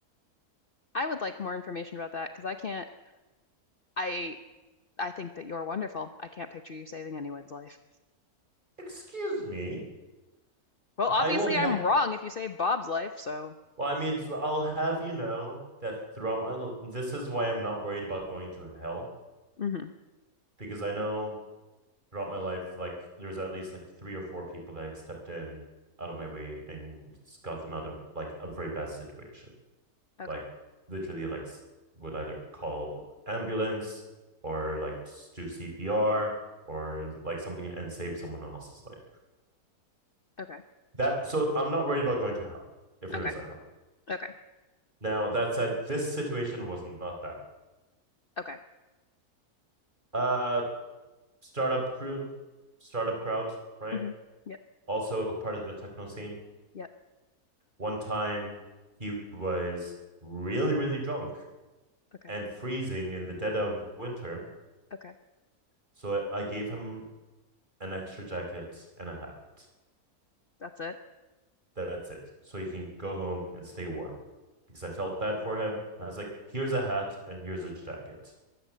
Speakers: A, on the left; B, on the right.
A: I would like more information about that because I can't. I I think that you're wonderful. I can't picture you saving anyone's life.
B: Excuse me.
A: Well, obviously
B: I will.
A: I'm
B: Ha-
A: wrong if you save Bob's life, so
B: well, I mean, I'll have you know that throughout my this is why I'm not worried about going to hell
A: hmm
B: because I know throughout my life, like there's at least like three or four people that I stepped in out of my way and got them out of like a very bad situation.
A: Okay.
B: like literally like would either call ambulance or like do CPR or like something and save someone else's life.
A: Okay.
B: That so I'm not worried about going to hell if there
A: Okay.
B: is a hell.
A: Okay.
B: Now that said, this situation was not that.
A: Okay.
B: Uh startup crew, startup crowd, right?
A: hmm Yep.
B: Also part of the techno scene.
A: Yep.
B: One time he was really, really drunk
A: Okay.
B: and freezing in the dead of winter.
A: Okay.
B: So I gave him an extra jacket and a hat.
A: That's it.
B: That's it. So he can go home and stay warm. Because I felt bad for him. I was like, here's a hat and here's a jacket.